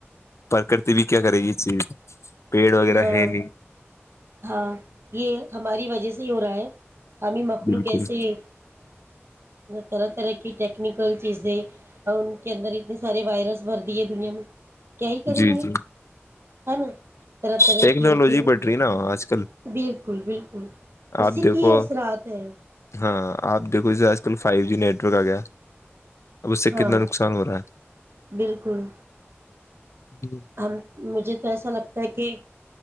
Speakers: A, on the left; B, on the right.
A: پرکرتی بھی <inaudible>
B: ہاں
A: ہے نہیں
B: ہاں یہ ہماری وجہ سے ہی ہو رہا ہے ہمیں مخلوق
A: بالکل
B: کیسے ہی طرح طرح کی ٹیکنیکل چیزیں اور ان کے اندر اتنے سارے وائرس بھر دی ہے دنیا میں کیا ہی کریں
A: جی
B: گے
A: جی
B: ہے نا طرح طرح
A: ٹیکنالوجی
B: کی ان کی
A: بڑھ رہی نا آج کل
B: بالکل بالکل اسی
A: آپ دیکھو
B: کی اثرات ہے
A: ہاں آپ دیکھو جے آج کل فائیو جی نیٹورک آ گیا اب اس سے
B: ہاں
A: کتنا نقصان ہو رہا ہے
B: بالکل
A: ہے
B: ہم مجھے تو ایسا لگتا ہے کہ